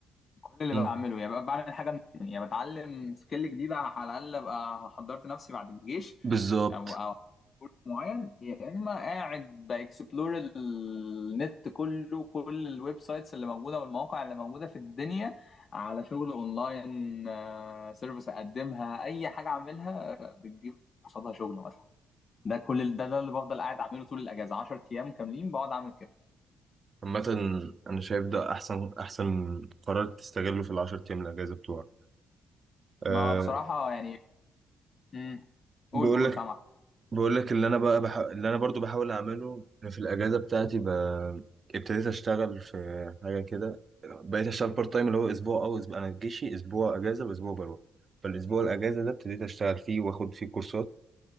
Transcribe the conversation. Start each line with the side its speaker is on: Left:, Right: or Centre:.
Left: كل اللي
Right: امم
Left: بعمله يعني ببقى بعمل حاجه من الاتنين. يعني بتعلم سكيل جديده على الاقل ابقى حضرت نفسي بعد الجيش
Right: بالظبط
Left: او او معين يا اما قاعد باكسبلور النت كله كل الويب سايتس اللي موجوده والمواقع اللي موجوده في الدنيا على شغل اونلاين آه، سيرفيس اقدمها اي حاجه اعملها آه، بتجيب قصادها شغل مثلا ده كل ال- ده, ده اللي بفضل قاعد اعمله طول الاجازه 10 ايام كاملين بقعد اعمل كده
Right: عامة أنا شايف ده أحسن أحسن قرار تستغله في العشر أيام الأجازة بتوعك أه
Left: ما بصراحه يعني امم قول
Right: بقول
Left: قول
Right: لك
Left: سامع
Right: بقول لك اللي أنا بقى بح... اللي أنا برضو بحاول أعمله أنا في الأجازة بتاعتي ب... ابتديت أشتغل في حاجة كده بقيت أشتغل بارت تايم اللي هو أسبوع أو أسبوع أنا جيشي أسبوع أجازة وأسبوع بروح فالأسبوع الأجازة ده ابتديت أشتغل فيه وآخد فيه كورسات